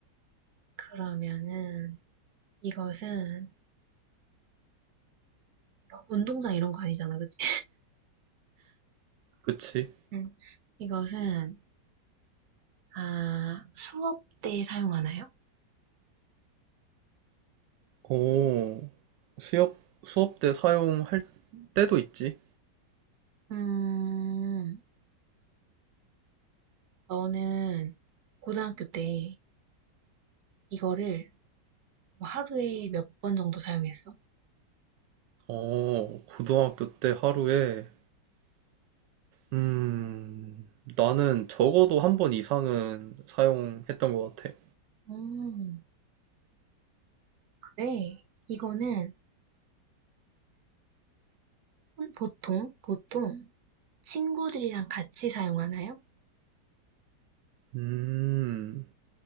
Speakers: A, on the right; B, on the right.
A: 그러면은 이것은 막 운동장 이런 거 아니잖아, 그치?
B: 그치?
A: <laughs> 응. 이것은 아, 수업 때 사용하나요?
B: 오, 수업, 수업 때 사용할 때도 있지.
A: 음, 너는 고등학교 때 이거를 뭐 하루에 몇 번 정도 사용했어?
B: 어, 고등학교 때 하루에 음, 나는 적어도 한 번 이상은 사용했던 것 같아.
A: 음, 그래. 이거는 혼- 보통, 보통 친구들이랑 같이 사용하나요?
B: 음,